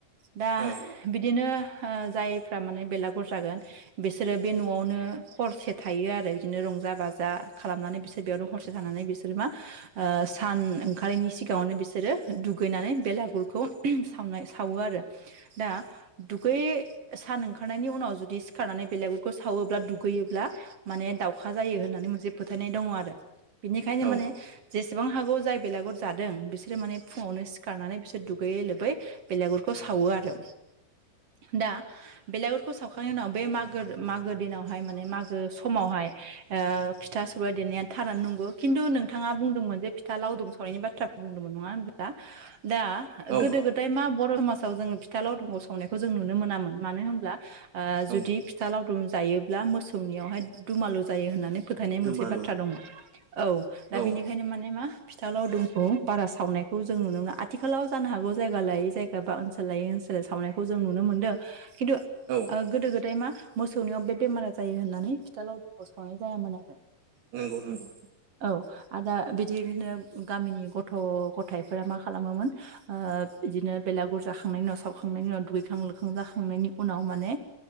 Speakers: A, on the right (about 50°); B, on the right (about 70°).
A: दा
B: औ
A: दिनो ओ जायफ्रा माने बेलागुर जागोन बिसोरो बे न'आवनो हरसे थायो आरो बिदिनो रंजा बाजा खालामनानै बिसोर बेयावनो हरसे थानानै बिसोरो मा ओ सान ओंखारैनि सिगाङावनो बिसोरो दुगैनानै बेलागुरखौ सावनाय सावो आरो। दा दुगै सान ओंखारनायनि उनाव जुदि सिखारनानै बेलागुरखौ सावोब्ला दुगैयोब्ला माने दाउखा जायो होननानै मोनसे फोथायनाय दङ आरो। बिनिखायनो
B: औ
A: माने जेसेबां हागौ जाय बेलागुर जादों बिसोरो माने फुङावनो सिखारनानै बिसोर दुगैयै लोबै बेलागुरखौ सावो आरो। दा बेलागुरखौ सावखांनायनि उनाव बे मागोर मागो दिनावहाय माने मागो समावहाय ओ फिथा सौराय देनाया थारानो नंगौ खिनथु नोंथाङा बुंदोंमोन जे फिथा लावदुम सावनायनि बाथ्रा बुंदोंमोन नङा होनब्ला। दा
B: औ
A: गोदो गोदाय मा बद <unintelligible> मासाव जोंङो फिथा लावदुमखौ सावनायखौ जों नुनो मोनामोन मानो होमब्ला ओ जुदि
B: औ
A: फिथा लावदुम जायोब्ला मोसौनियावहाय दुमालु जायो होननानै फोथायनाय
B: दुमालु
A: मोनसे बाथ्रा दंमोन औ दा
B: औ
A: बेनिखायनो
B: औ
A: माने मा फिथा लावदुम खौ बारा सावनायखौ जों नुनो मोना आथिखालाव जानो हागौ जायगा लायै जायगा बा ओनसोल लायै ओनसो सोल सावनायखौ जों नुनो मोनदों। खिनथु
B: औ
A: ओ गोदो गोदाय मा मोसौनियाव बे बेमारा जायो होननानै फिथा लाव खौ सावनाय जायामोन आरो
B: नंगौ नंगौ
A: औ। आ दा बिदिनो होनो गामिनि गथ' गथायाइफोरा मा खालामोमोन ओ बिदिनो बेलागुर जाखांनायनि उनाव साव खांनायनि उनाव दुगैखां लोखां जाखांनायनि उनाव माने